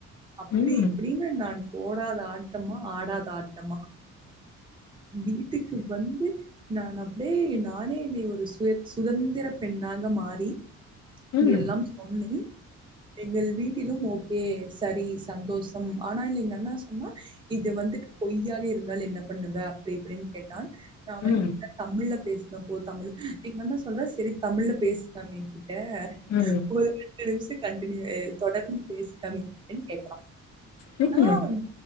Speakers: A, on the right; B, on the left.
A: அப்டி
B: ம்
A: இப்டின்னு நான் போடாத ஆட்டமா ஆடாத ஆட்டமா வீட்டுக்கு வந்து நான் அப்படியே நானே என்னை ஒரு சுய சுதந்திர பெண் நாங்க மாறி
B: ம்
A: இதெல்லாம் சொன்னே எங்கள் வீட்டிலும் ஓகே சரி சந்தோஷம் ஆனா எங்கண்ண சொன்னா இது வந்து பொய்யாக இருந்தால் என்ன பண்ணுவ அப்படி இப்படின்னு கேட்டான் நான்
B: ம்
A: வந்து
B: ம்
A: தமிழ்ல பேச போ தமிழ் எங்க அண்ண சொல்றா செரி தமிழ்ல பேசலாமே எங்கிட்ட
B: ம்
A: ஒரு ரண்டு நிமிஷ கண்டினியூ அ தொடர்ந்து பேசிக்காமி னு கேக்கறா
B: ம்
A: நா வந்